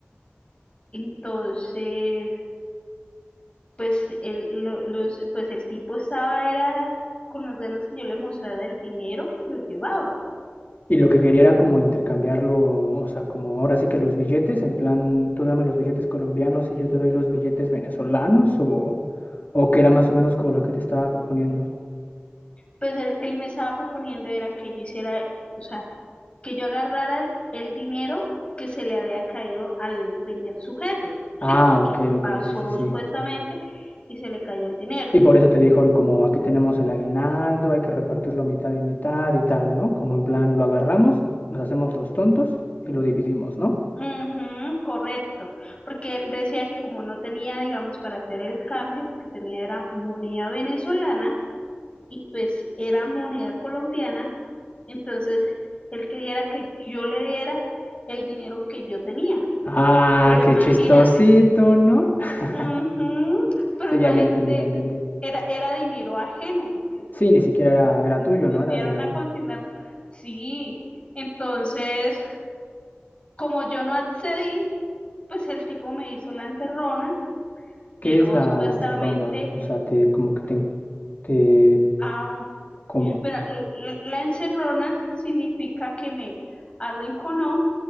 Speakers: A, on the left; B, on the left.
A: Entonces, pues el, lo- los, pues el tipo estaba, era con las ganas que yo le mostrara el dinero que yo llevaba.
B: Y lo que quería era como intercambiarlo, o sea, como ahora sí que los billetes, en plan, tú dame los billetes colombianos y yo te doy los billetes venezolanos, o, o que era más o menos como lo que te estaba proponiendo.
A: Pues él, él me estaba proponiendo era que yo hiciera, o sea, que yo agarrara el, el dinero que se le había caído al primer sujeto, ¿sí?
B: Ah,
A: Al
B: ok,
A: que
B: ok,
A: pasó
B: sí, sí, sí.
A: supuestamente y se le cayó el dinero.
B: Y por eso te dijo, como aquí tenemos el aguinaldo, hay que repartirlo mitad y mitad y tal, ¿no? Como en plan, lo agarramos, nos hacemos los tontos y lo dividimos, ¿no?
A: Ujú, correcto, porque él decía que como no tenía, digamos, para hacer el canje, porque tenía era moneda venezolana y pues era moneda colombiana, entonces él quería era que yo le diera el dinero que yo tenía,
B: Ah,
A: pero imagínate,
B: qué chistosito, ¿no? <laughs>
A: ujú, pero
B: Sí,
A: imagínate,
B: ya, ya entendí, ya entendí.
A: era, era dinero ajeno, porque
B: Sí, ni siquiera
A: pues,
B: era,
A: m-
B: era
A: m-
B: tuyo,
A: me
B: ¿no?
A: enviaron
B: Era de,
A: a consignar, sí, entonces... Como yo no accedí, pues el tipo me hizo la encerrona, llegó
B: ¿Qué es la,
A: supuestamente
B: la encerrona? O sea, te como que te, te
A: a...
B: ¿cómo?
A: Bueno, l- l- la encerrona significa que me arrinconó,